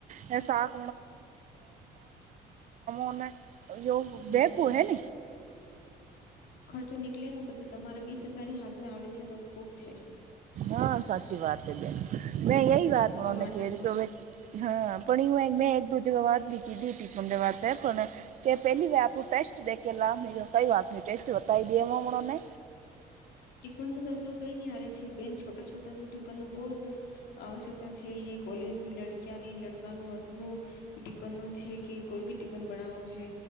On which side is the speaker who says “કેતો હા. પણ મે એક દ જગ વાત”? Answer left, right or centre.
Right